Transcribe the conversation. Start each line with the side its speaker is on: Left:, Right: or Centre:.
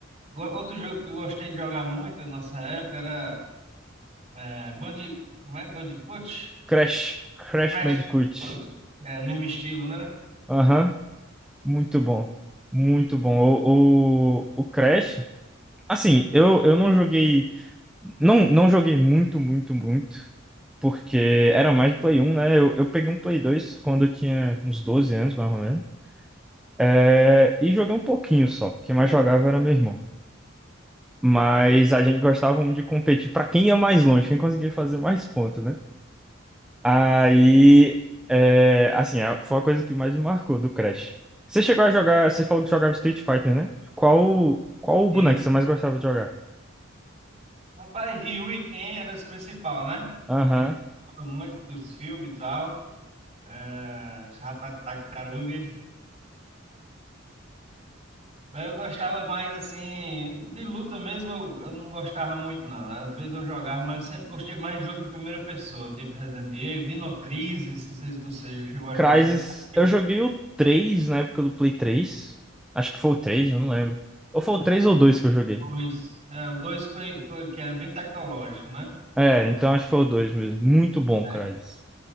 Right: go- outro jogo que eu gostei de jogar muito na nossa época era é, Bandi... Como é? Bandicoot?
Centre: Crash. Crash
Right: Crash.
Centre: Bandicoot.
Right: Bandicoot. É, no mesmo estilo, né?
Centre: Aham. Muito bom. Muito bom. O, o, o Crash. Assim, eu, eu não joguei. Não, não joguei muito, muito, muito. Porque era mais de Play um né? Eu, eu peguei um Play 2 quando eu tinha uns 12 anos, mais ou menos. É, e joguei um pouquinho só. Quem mais jogava era meu irmão. Mas a gente gostava muito de competir pra quem ia mais longe, quem conseguia fazer mais pontos, né? Aí. é, assim, a- foi a coisa que mais me marcou do Crash. Você chegou a jogar. Você falou que jogava Street Fighter, né? Qual, qual o boneco
Right: E,
Centre: que você mais gostava de jogar?
Right: rapaz, Ryu e Ken eram os principais, né?
Centre: Aham.
Right: A gente gostava muito dos filmes e tal. É, rapaz, tartaruga. Mas Eu gostava mais assim, de luta mesmo, eu, eu não gostava muito, não. né? Às vezes eu jogava, mas eu sempre gostei mais de jogo de primeira pessoa, tipo Resident Evil, Dino Crisis, não sei se você chegou a
Centre: Crysis,
Right: jogar Dino Crisis
Centre: eu joguei o 3 na época do Play três, Acho que foi o 3, eu não lembro. Ou foi o 3 ou o 2 que eu joguei.
Right: 2. É, o dois foi, foi que era bem tecnológico, né?
Centre: É, então acho que foi o dois mesmo. Muito bom,
Right: É,
Centre: Crysis.